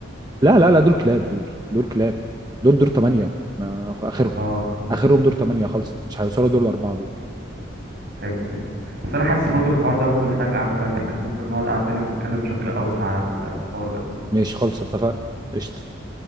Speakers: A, on the right; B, on the right.
A: لا لا لا دول كلاب دول دول كلاب دول دور ثمانيه ما اخرهم
B: اه
A: اخرهم دور ثمانيه خالصه مش هيوصلوا دور الاربعه دول
B: فهمت بس انا حاسس برضو إن الحوار ده برضو محتاج قعدة تانية فاحنا ممكن نقعد قعدة تانية ونتكلم بشكل اوسع على الحوار ده
A: ماشي خالصه اتفقنا قشطه